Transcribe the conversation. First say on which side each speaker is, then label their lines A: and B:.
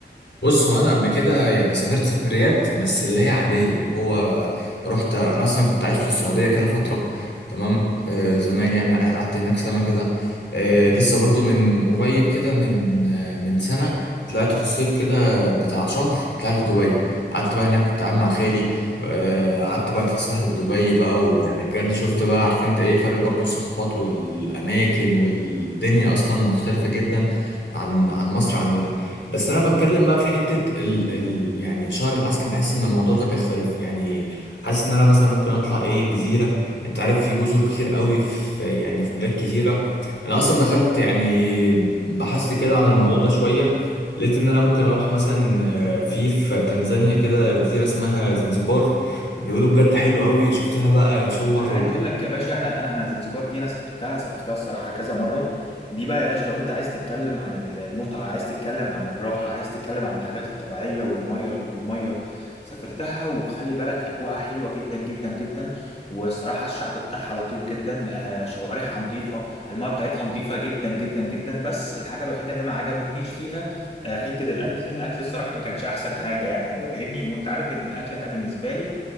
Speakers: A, on the left; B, on the left.
A: بص هو انا قبل كده يعني سافرت سفريات بس اللي هي عاديه اللي هو رحت انا اصلا كنت عايش في السعوديه كده فتره تمام آه زمان يعني قع- قعدت هناك سنه كده آه لسه برضو من قريب كده من آه من سنه طلعت في الصيف كده بتاع شهر طلعت دبي قعدت بقى هناك كنت قاعد مع خالي آه قعدت بقى اتفسحت في دبي بقى ويعني بجد شفت بقى عارف انت ايه فرق برضو الثقافات والاماكن والدنيا اصلا مختلفه جدا عن عن مصر عندنا بس انا بتكلم بقى في حته ال ال يعني شهر العسل بحس ان الموضوع ده بيختلف يعني حاسس ان انا مثلا ممكن اطلع ايه جزيره انت عارف في جزر كتير قوي في يعني في بلاد كتيره انا اصلا دخلت يعني بحثت كده عن الموضوع ده شويه لقيت ان انا ممكن اروح مثلا آه، في في تنزانيا كده جزيره اسمها زنزبار بيقولوا بجد حلو قوي شفت لها بقى صور
B: انا عايز اقول لك يا باشا انا انا انا زنجبار دي انا سافرتها سافرتها الصراحه كذا مره دي بقى يا باشا لو انت عايز تتكلم عن المتعه عايز تتكلم عن الراحه عايز تتكلم عن الحاجات الطبيعيه والميه والميه سافرتها وخلي بالك اجواءها حلوه جدا جدا جدا والصراحه الشعب بتاعها لطيف جدا آه شوارعها نظيفه الميه بتاعتها نظيفه جدا جدا جدا بس الحاجه الوحيده اللي ما عجبتنيش فيها آه حته الاكل الاكل الصراحه ما كانش احسن حاجه يعني انت فاهمني وانت عارف ان الاكل انا بالنسبه لي